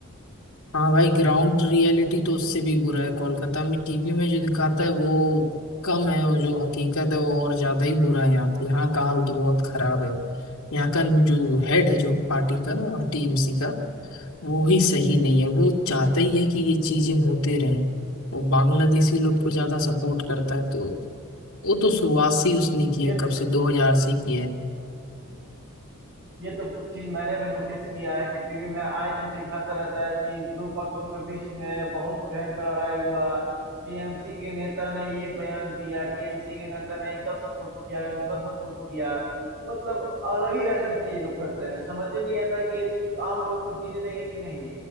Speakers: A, on the left; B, on the right.
A: हाँ भाई ग्राउंड रियलिटी तो उससे भी बुरा है कोलकाता में टीवी में जो दिखाता है वो कम है और जो हकीकत है वो और ज्यादा ही बुरा है यहाँ पे यहाँ का हाल तो बहुत खराब है यहाँ का जो हेड है जो पार्टी का टीएमसी का वो ही सही नहीं है वो चाहता ही है कि ये चीजें होते रहें वो बांग्लादेशी लोग को ज्यादा सपोर्ट करता है तो वो तो शुरुआत से ही उसने की
B: ये
A: है कब से 2000 से ही की है
B: ये तो चीज मैंने भी नोटिस किया है कि टीवी में आए दिन दिखाता रहता है कि दो पक्षों के बीच में बहुत भयंकर लड़ाई हुआ टीएमसी के नेता ने ये बयान दिया टीएमसी के नेता ने इनका सपोर्ट किया उनका सपोर्ट किया मतलब अलग ही राजनीति ये लोग करते हैं समझ ही नहीं आता कि ये आम लोगों को जीने देंगे कि नहीं